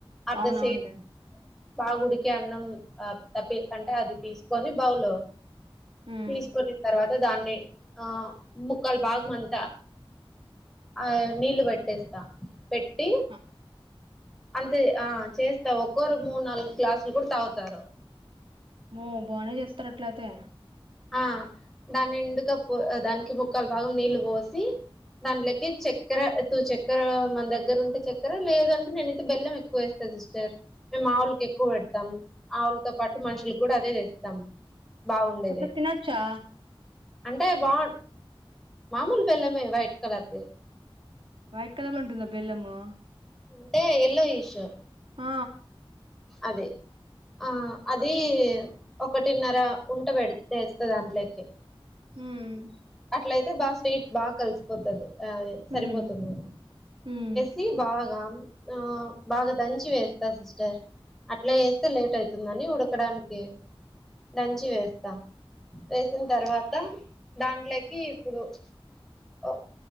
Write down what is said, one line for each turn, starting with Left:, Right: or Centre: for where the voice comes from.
Centre: అర్ద్
Right: అవునవునులే
Centre: సేరు బాగ ఉడికే అన్నం ఆ తప్పి అంటే అది తీసుకొని బౌలు
Right: మ్.
Centre: తీసుకున్న తర్వాత దాన్ని ఆ ముక్కల భాగం అంతా ఆ నీళ్ళు పెట్టేస్తా పెట్టి
Right: ఆ
Centre: అంతే ఆ చేస్తా ఒక్కోరు మూడు నాలుగు గ్లాసులు కూడా తాగుతారు
Right: మో బాగానే చెస్తారు అట్లా అయితే
Centre: ఆ దాన్ని ఎండుక పో దానికి ముక్కాల భాగం నీళ్ళు పోసి దాంట్లోకి చక్కెర తూ చక్కర మన దగ్గర ఉంటే చక్కర లేదంటే నేనైతే బెల్లం ఎ క్కువ వేస్తా సిస్టర్ మేము ఆవులకి ఎక్కువ పెడతాం ఆవులతో పాటు మనుషుల కూడా అదే తెస్తాం బాగుండేది
Right: అసలు తినోచ్చా
Centre: అంటే బా మామూలు బెల్లమే వైట్ కలర్ ది
Right: వైట్ కలర్ లో ఉంటుందా బెల్లము
Centre: అంటే ఎల్లో ఈషు
Right: ఆ
Centre: అదే ఆ అది ఒకటిన్నర ఉంట పెటేస్తా దాంట్లోకి
Right: హమ్
Centre: అట్లయితే బాగా స్వీట్ బాగా కలిసిపోతుంది అ
Right: హ్మ్
Centre: సరిపోతుంది
Right: హ్మ్
Centre: తి బాగా ఆ బాగా దంచి వేస్త తా సిస్టర్ అట్లా చేేస్తే లేట్ అవుతుందని ఉడకడానికి దంచి వేస్తా వేసిన తర్వాత దాంట్లోకి ఇప్పుడు ఆ